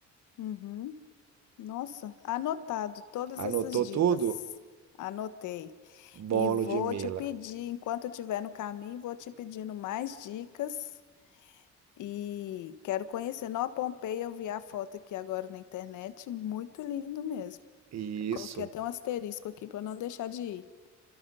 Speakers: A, on the left; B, on the right.
A: uhum. Nossa, anotado todas
B: Anotou
A: essas dicas.
B: tudo?
A: Anotei. E
B: Bom,
A: vou
B: Ludmila.
A: te pedir, enquanto eu estiver no caminho, vou te pedindo mais dicas. E quero conhecer Nova Pompeia. Eu vi a foto aqui agora na internet. Muito lindo mesmo.
B: Isso,
A: Eu coloquei até um asterisco aqui para não deixar de ir.